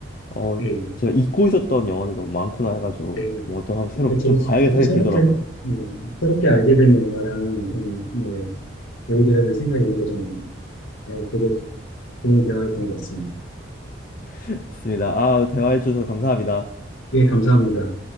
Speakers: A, on the left; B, on the left.
A: 어,
B: 예,
A: 제가 잊고 있었던 영화들이 너무 많구나 해가지고
B: 예.
A: 뭔가 또 한번 새로
B: 예, 저도,
A: 좀 봐야겠다
B: 저도
A: 생각이
B: 새롭게,
A: 들더라고요.
B: 예, 새롭게 알게 된 영화랑 그런, 예, 배우들에 대한 생각이 있는 게 좀, 어, 되게 좋은 대화였던 것 같습니다.
A: <laughs> 좋습니다. 아, 대화해주셔서 감사합니다.
B: 예, 감사합니다.